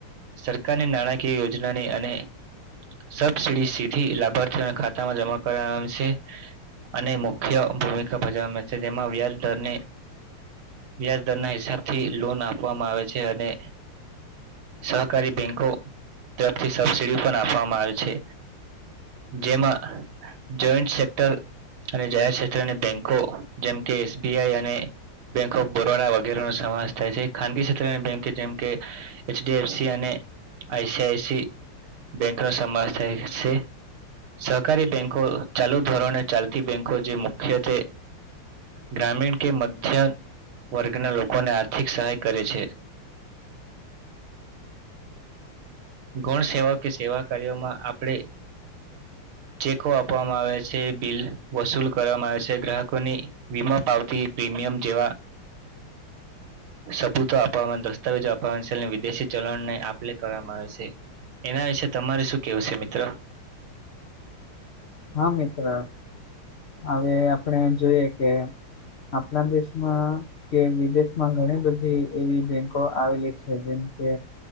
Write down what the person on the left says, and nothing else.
હા મિત્ર, અવે આપણે જોઈએ કે આપના દેશમાં. કે વિદેશમાં ઘણી-બધી એવી બેંકો આવેલી છે, જેમ કે